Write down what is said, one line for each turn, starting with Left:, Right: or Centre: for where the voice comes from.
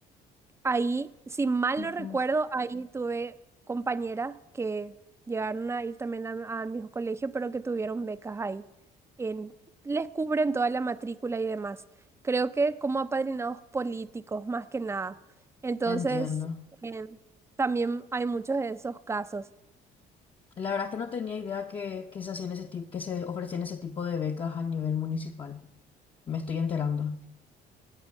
Right: Ahí, si mal
Left: Ujú.
Right: no recuerdo, ahí tuve compañeras que llegaron a ir también a- al mismo colegio, pero que tuvieron becas ahí. En, les cubren toda la matrícula y demás. Creo que como apadrinados políticos, más que nada. Entonces,
Left: Entiendo.
Right: em, también hay muchos de esos casos.
Left: La verdad es que no tenía idea que, que se hacían ese tipo, que se ofrecían ese tipo de becas a nivel municipal. Me estoy enterando.